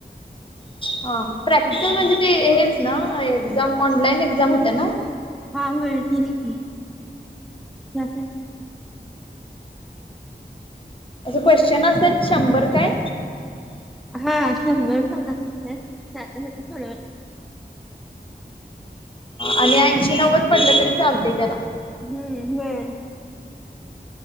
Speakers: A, on the left; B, in the centre.
A: हा प्रॅक्टिकल
B: हम्म.
A: म्हणजे ते हेच ना एक्झाम ऑनलाईन एक्झाम होत्या ना
B: हा होय तचकी ज
A: असं क्वेश्चन असतात शंर काय
B: हा शंभर सलाचतय सोड
A: आणि ऐंशी नव्वद पडलं तरी चालतंय त्याला
B: हम्म होय.